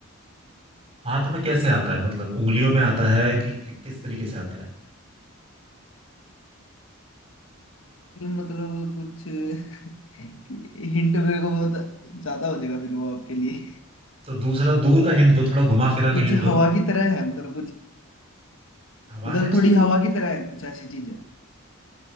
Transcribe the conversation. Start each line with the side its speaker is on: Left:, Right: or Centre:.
Right: हाथ में कैसे आता है मतलब उंगलियों में आता है कि कि- किस तरीके से आता है
Left: ये मतलब कुछ हिंट मेरे को बहुत ज्यादा हो जाएगा फिर वो आपके लिए
Right: तो दूसरा दूर का हिंट दो थोड़ा घुमा फिरा के
Left: कुछ
Right: हिंट
Left: हवा
Right: दो
Left: की तरह है मतलब कुछ
Right: हवा
Left: मतलब
Right: है उसमें
Left: थोड़ी हवा की तरह है कुछ ऐसी चीज है